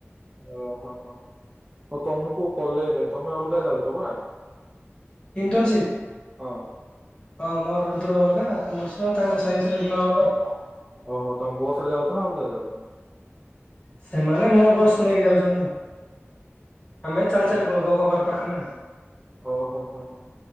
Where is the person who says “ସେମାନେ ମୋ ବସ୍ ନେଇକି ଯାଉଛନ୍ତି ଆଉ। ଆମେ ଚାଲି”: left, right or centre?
Left